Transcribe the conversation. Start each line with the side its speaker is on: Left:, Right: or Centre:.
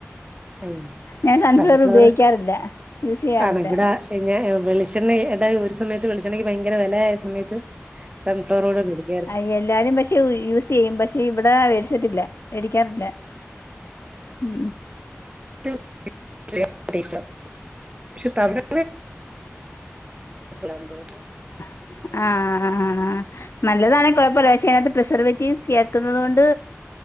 Right: ഉം <unintelligible>
Left: ഞാൻ സൺഫ്ലവർ
Right: സൺഫ്ലവറ്
Left: ഉപയോഗിക്കാറില്ല യൂസ് ചെയ്യാറില്ല
Right: ആണ് ഇവിടെ പിന്നെ വെളിച്ചെണ്ണ അതായത് ഒരു സമയത്ത് വെളിച്ചെണ്ണയ്ക്ക് ഭയങ്കര വെലയായ സമയത്ത് സൺ ഫ്ലവറൂടാ വേവി
Left: അ എല്ലാരും പക്ഷെ യു യൂസ് ചെയ്യും, പക്ഷെ ഇവിടെ വേടിച്ചിട്ടില്ല. വേടിക്കാറില്ല. ഉം ഉം
Right: <unintelligible> തവിടെണ്ണ <unintelligible> തോന്നുന്നു
Left: ആഹ് അ അ അ അ അ, നല്ലതാണെ കൊഴപ്പല്ല. പക്ഷേ അതിനകത്ത് പ്രിസർവേറ്റീവ്സ്- <unintelligible> കൊണ്ട്